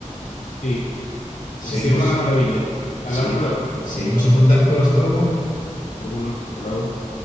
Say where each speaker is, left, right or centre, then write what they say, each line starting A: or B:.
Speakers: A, on the left; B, on the left.
A: sí, ha
B: Seguimos,
A: sido una maravilla. Hablamos
B: segui-
A: luego,
B: seguimos en contacto. Hasta luego.
A: seguro. Hasta luego.